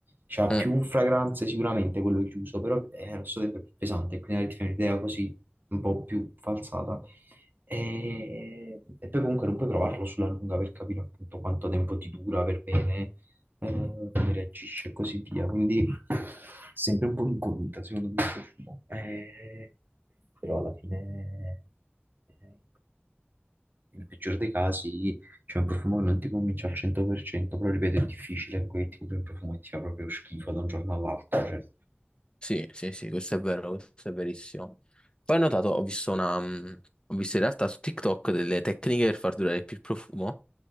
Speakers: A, on the right; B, on the left.
A: C'ha
B: Mm,
A: più fragranze sicuramente quello chiuso, però è allo stesso tempo è più pesante, quindi ti fai un'idea così un po' più falsata. E, e poi comunque non puoi provarlo sulla lunga per capire appunto quanto tempo ti dura per bene, eh, come reagisce e così via. Quindi è sempre un po' incognita, secondo me, questo film. Eh, però alla fine, eh, nel peggior dei casi, c'è un profumo che non ti convince al 100%, però ripeto, è difficile, quel tipo di profumo e ti fa proprio schifo da un giorno all'altro, cioè
B: sì, sì, sì, questo è vero, questo è verissimo. Poi ho notato, ho visto una, mh, ho visto in realtà su TikTok delle tecniche per far durare più il profumo.